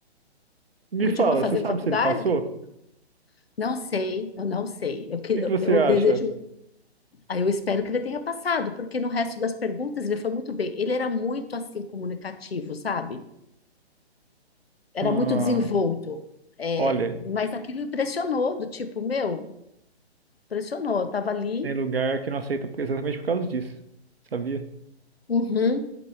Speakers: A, on the right; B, on the left.
A: Me
B: Continua
A: fala,
B: fazendo
A: você sabe
B: faculdade?
A: se ele passou?
B: O que-
A: O
B: Não sei, eu não sei. Eu, que-
A: que
B: eu,
A: que você
B: eu
A: acha?
B: desejo, aí eu espero que ele tenha passado, porque no resto das perguntas ele foi muito bem. Ele era muito assim comunicativo, sabe? Era
A: Ah,
B: muito desenvolto. É,
A: olha,
B: mas aquilo impressionou, do tipo, meu, impressionou. Eu tava ali,
A: tem lugar que não aceita por- exatamente por causa disso. Sabia?
B: uhum,